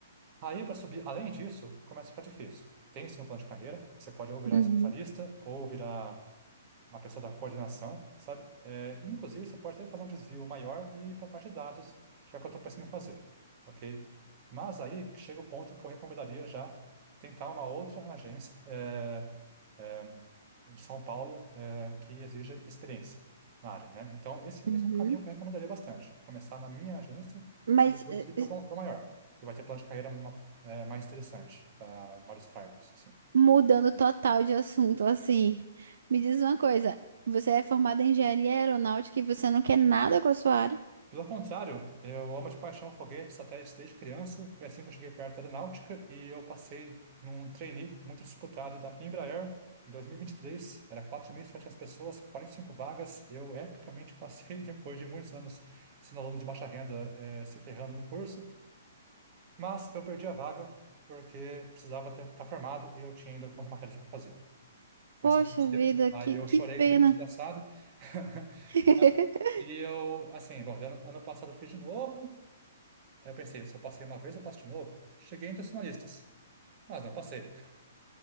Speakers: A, on the right (about 35°); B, on the right (about 65°).
A: Aí, para subir, além disso, começa a ficar difícil. Tem sim um plano de carreira, você pode ou virar
B: Uhum,
A: especialista ou virar uma pessoa da coordenação, sabe? É, e, inclusive, você pode até fazer um desvio maior e ir para a parte de dados, que é o que eu estou pensando em fazer, ok? Mas aí chega o ponto que eu recomendaria já tentar uma outra agência é, é, de São Paulo é, que exija experiência na área, né? Então, esse,
B: uhum.
A: esse é um caminho que eu recomendaria bastante. Começar na minha agência
B: Mas
A: e depois
B: eh,
A: ir para
B: eh,
A: o maior, que vai ter plano de carreira ma- é, mais interessante para vários cargos, assim.
B: mudando total de assunto, assim, me diz uma coisa, você é formada em engenharia aeronáutica e você não quer nada com a sua área?
A: Pelo contrário, eu amo de paixão foguetes, satélites desde criança. Foi assim que eu cheguei perto da aeronáutica e eu passei num trainee muito disputado da Embraer em 2023. Era 4.700 pessoas, 45 vagas. Eu epicamente passei <laughs> depois de muitos anos sendo aluno de baixa renda, eh, se ferrando no curso, mas eu perdi a vaga porque precisava estar formado e eu tinha ainda algumas matérias para fazer. Foi
B: Poxa
A: isso que aconteceu.
B: vida,
A: Aí
B: que,
A: eu chorei
B: que pena.
A: que nem desgraçado. <laughs>
B: <laughs>
A: E eu, assim, bom, ano, ano passado eu fiz de novo, Aí eu pensei, se eu passei uma vez, eu passo de novo. Cheguei entre os finalistas, mas não passei. <laughs>